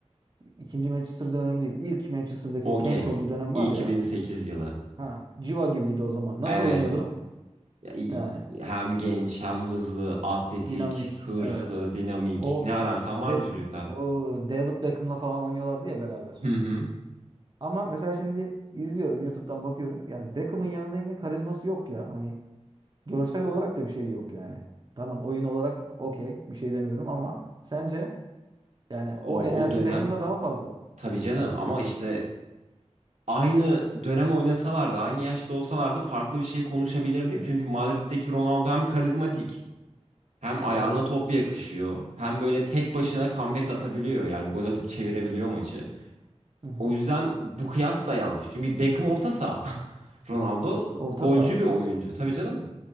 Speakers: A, on the right (about 40°); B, on the right (about 90°).
A: ikinci Manchester dönemi değil. İlk Manchester'daki
B: Okey.
A: o genç olduğu dönem
B: 2008
A: var ya.
B: yılı.
A: Ha, Civa gibiydi o zaman. Nasıl
B: Evet.
A: oynuyordu?
B: Ya, i-
A: Yani
B: Hem genç, hem hızlı, atletik,
A: dinamik.
B: hırslı,
A: Evet.
B: dinamik.
A: O
B: Ne ararsan vardı
A: Beck,
B: çocukta.
A: e, o David Beckham'la falan oynuyorlardı ya beraber.
B: Hı hı.
A: Ama mesela şimdi izliyorum YouTube'dan bakıyorum. Yani Beckham'ın yanında yine karizması yok ya. Hani görsel olarak da bir şey yok yani. Tamam oyun olarak okey bir şey demiyorum ama sence Yani
B: O,
A: o enerji
B: o dönem
A: Beckham'da daha fazla.
B: tabii canım ama işte aynı dönem oynasalardı, aynı yaşta olsalardı farklı bir şey konuşabilirdik.
A: Evet.
B: Çünkü Madrid'deki Ronaldo hem karizmatik, hem ayağına
A: Evet.
B: top yakışıyor, hem böyle tek başına comeback atabiliyor. Yani gol atıp çevirebiliyor maçı.
A: Hı hı.
B: O yüzden bu kıyas da yanlış. Çünkü Beckham orta saha. <laughs> Ronaldo
A: Orta
B: golcü
A: saha.
B: bir oyuncu. Tabii
A: Hı
B: canım.
A: hı.